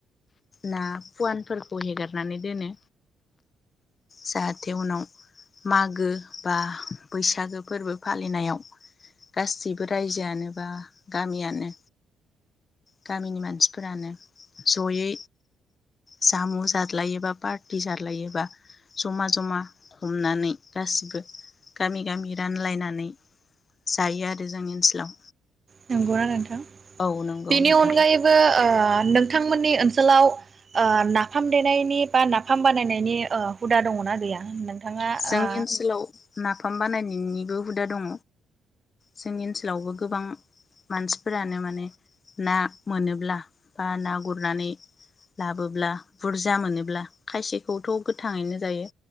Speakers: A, on the left; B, on the right.
A: ना फुवानफोरखौ हेगारनानै दोनो जाहाथे उनाव मागो बा बैसागो फोरबो फालिनायाव गासिबो रायजोआनो बा गामियानो गामिनि मानसिफोरानो जयै जामु जालायोबा पार्टि जालायोबा जमा जमा हमनानै गासिबो गामि गामि रानलायनानै जायो आरो जोंनि ओनसोलाव
B: नोंगौना नोंथां
A: औ नंगौ
B: बेनि
A: नोंथां
B: अनगायैबो ओह नोंथांमोननि ओनसोलाव ओह नाफाम देनायनि बा नाफाम बानायनायनि ओह हुदा दङना गैया नोंथां थाङा
A: जोंनि
B: ओ
A: ओनसोलाव नाफाम बानायनायनिबो हुदा दङ जोंनि ओनसोलावबो गोबां मानसिफोरानो माने ना मोनोब्ला बा ना गुरनानै लाबोब्ला बुरजा मोनोब्ला खायसेखौथ' गोथाङैनो जायो